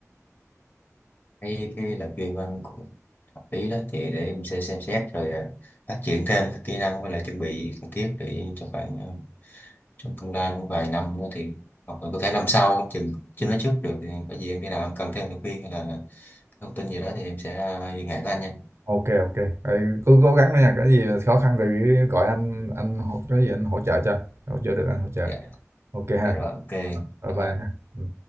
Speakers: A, on the left; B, on the right.
A: cái cái là chuyên môn của hợp lý đó thì để em sẽ xem xét rồi à, phát triển thêm các kỹ năng với lại chuẩn bị cần thiết để cho khoảng à, trong tương lai cũng vài năm nữa thì hoặc là có thể năm sau chừng chưa nói trước được thì có gì em khi nào em cần thêm lời khuyên hay là thông tin gì đó thì em sẽ à, liên hệ với anh nha
B: ok ok Vậy cứ cố gắng đó nha có gì khó khăn thì cứ gọi anh anh hỗ- có gì anh hỗ trợ cho hỗ trợ được anh hỗ trợ
A: dạ
B: ok ha
A: dạ rồi ok
B: bye
A: Ờ,
B: bye ha Ừ.